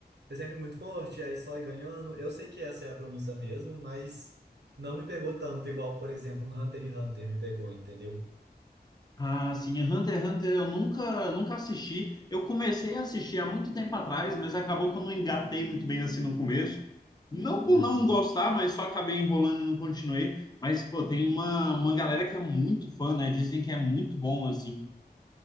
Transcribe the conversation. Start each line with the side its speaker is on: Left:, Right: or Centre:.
Right: ser sempre muito forte, aí só ir ganhando. Eu sei que essa é a promessa mesmo, mas não me pegou tanto, igual, por exemplo, um Hunter x Hunter me pegou, entendeu?
Left: Ah, sim, é Hunter x Hunter eu nunca, nunca assisti. Eu comecei a assistir há muito tempo atrás, mas acabou que eu não engatei muito bem assim no começo. Não
Right: Uhum.
Left: por não gostar, mas só acabei enrolando e não continuei. Mas, pô, tem uma, uma galera que é muito fã, né? Dizem que é muito bom, assim.